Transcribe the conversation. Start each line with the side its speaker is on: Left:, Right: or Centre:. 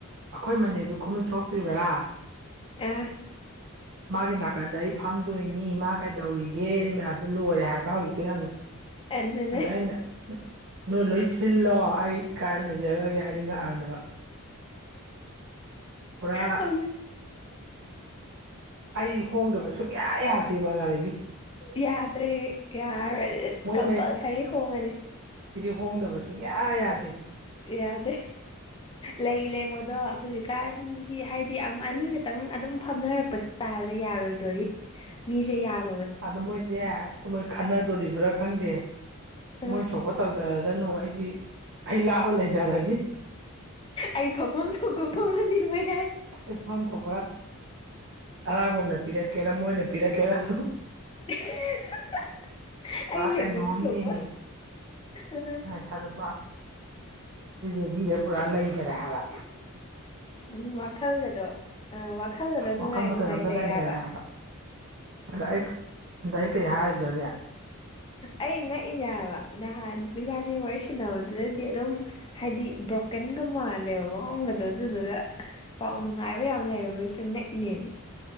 Right: ꯑꯩꯈꯣꯏ ꯃꯅꯦꯗꯨ ꯈꯨꯃꯟ ꯊꯣꯛꯇ꯭ꯔꯤꯕꯔꯥ
Left: ꯑ
Right: ꯃꯥꯒꯤ ꯅꯥꯀꯟꯗ ꯑꯩ ꯐꯝꯗꯣꯏꯅꯤ ꯃꯥ ꯀꯩꯗꯧꯔꯤꯒꯦ ꯃꯌꯥꯝꯁꯦ ꯂꯣꯏꯔꯦ ꯍꯥꯏꯕ ꯍꯧꯖꯤꯛꯇ ꯌꯥꯝꯡꯪꯅ
Left: ꯑꯗꯨꯅ
Right: ꯑꯗ ꯍꯥꯏꯅ ꯅꯣꯏ ꯂꯣꯏ ꯁꯤꯜꯂꯣ ꯑꯩ ꯀꯥꯏ ꯑꯗꯨꯝ ꯂꯩꯖꯔꯛꯑꯒꯦ ꯍꯥꯏꯅꯤꯡꯉꯛꯑꯕꯅꯦꯕ ꯄꯨꯔꯥ
Left: ꯍꯧꯖꯤꯛ
Right: ꯑꯩ ꯍꯣꯡꯗꯕ ꯁꯨꯡꯌꯥ ꯌꯥꯗꯦ ꯃꯉꯥ ꯂꯩꯕꯤ
Left: ꯌꯥꯗ꯭ꯔꯦ ꯌꯥꯔꯣꯏ
Right: ꯃꯣꯏ
Left: ꯀꯝꯄꯜꯁꯔꯤ ꯍꯣꯡꯉꯅꯤ
Right: ꯈꯣꯡꯗꯕ ꯁꯨꯡꯌꯥ ꯌꯥꯗꯦ
Left: ꯌꯥꯗꯦ ꯂꯩ ꯂꯦꯡꯕꯗꯣ ꯍꯧꯖꯤꯛꯀꯥꯟ ꯍꯥꯏꯗꯤ ꯑꯅꯤꯈꯛꯇꯪ ꯑꯗꯨꯝ ꯐꯝꯅꯔꯛꯄ ꯏꯁꯇꯥꯏꯜꯁ ꯌꯥꯔꯣꯏꯗꯣꯔꯤ ꯃꯤꯁꯦ ꯌꯥꯝ
Right: ꯑꯗ ꯃꯣꯏꯁꯦ ꯑꯁ ꯃꯣꯏ ꯈꯟꯅꯗꯣꯔꯤꯕ꯭ꯔꯥ ꯈꯪꯗꯦ
Left: ꯑ
Right: ꯃꯣꯏ ꯊꯣꯛꯄ ꯇꯧꯖꯔꯖꯅꯨ ꯑꯩꯗꯤ ꯑꯩ ꯂꯥꯛꯕ ꯂꯩꯖꯔꯅꯤ
Left: ꯑꯩ ꯐꯐꯝ ꯊꯣꯛꯒꯐꯝꯃꯗꯤꯉꯩ
Right: ꯑꯩ ꯐꯥꯝ ꯊꯣꯛꯄ ꯑꯔꯥꯡꯕ ꯑꯃꯅ ꯄꯤꯔꯛꯀꯦꯔꯥ ꯃꯣꯏꯅ ꯄꯤꯔꯛꯀꯦꯔꯥ ꯑꯗꯨ
Left: <inaudible>
Right: ꯄꯨꯔꯥ
Left: ꯑꯩ ꯂꯦꯡꯐꯝ
Right: ꯀꯩꯅꯣꯝ
Left: ꯊꯣꯛꯄ
Right: ꯅꯦꯝꯃꯤ
Left: ꯑ
Right: ꯉꯥꯏ ꯊꯥꯖꯠꯄ꯭ꯔꯥ ꯔꯦꯗꯤꯗꯦ ꯄꯨꯔꯥ ꯂꯩ ꯆꯂꯦ ꯍꯥꯏꯔ
Left: ꯎꯝ ꯋꯥꯈꯜꯒꯗꯣ ꯑ ꯋꯥꯈꯜꯒꯗ ꯅꯨꯡꯉꯥꯏ
Right: ꯋꯥꯈꯜꯗ
Left: ꯅꯨꯡꯉꯥꯏ
Right: ꯀꯩꯅꯣꯝꯗ ꯂꯩꯈꯔꯦ
Left: ꯂꯩꯕ
Right: ꯍꯥꯏꯕ ꯑꯗ ꯑꯩ ꯀꯩ ꯍꯥꯏꯗꯣꯔꯤ
Left: ꯑꯩ ꯉꯛꯏꯅꯦꯕ ꯅꯍꯥꯟ ꯏꯕꯥꯅꯤ ꯋꯥꯔꯤ ꯁꯅꯕꯗꯨꯗꯗꯤ ꯑꯗꯨꯝ ꯍꯥꯏꯗꯤ ꯕ꯭ꯔꯣꯀꯟꯒ ꯃꯥꯜꯂꯦꯕ ꯃꯑꯣꯡꯒꯗꯣ ꯑꯗꯨꯗꯨꯒ ꯄꯥꯎ ꯅꯨꯡꯉꯥꯏꯕ ꯌꯥꯝ ꯂꯩꯔꯕꯇꯪ ꯉꯛꯏꯅꯦꯕ